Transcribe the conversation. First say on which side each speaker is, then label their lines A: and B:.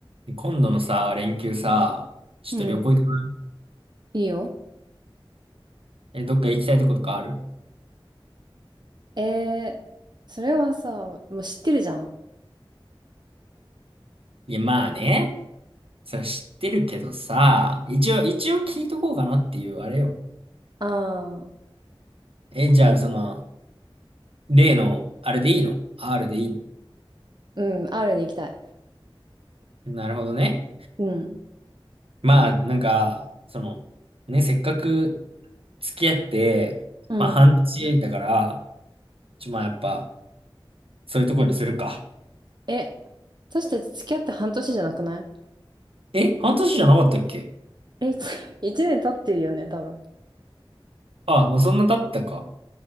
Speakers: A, on the right; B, on the right.
A: で今度のさ、連休さ、ちょっと旅行行かない
B: うん。いいよ。
A: え、どっか行きたいとことかある
B: えー、それはさ、もう知ってるじゃん。
A: いや、まあね。それは知ってるけどさ、一応、一応聞いとこうかなっていう、あれよ。
B: ああ、
A: え、じゃあ、その、例の、あれでいいの ?R でいい
B: うん、R に行きたい。
A: のなるほどね。
B: うん。
A: まあ、なんか、その、ね、せっかく付き合って、
B: うん。
A: まあ、半年だから、ちょ、まあ、やっぱ、そういうとこにするか。
B: え、私たち付き合って半年じゃなくない
A: え、半年じゃなかったっけ
B: え、一一年 <laughs> 経ってるよね、多分。
A: あ、もうそんな経ったか。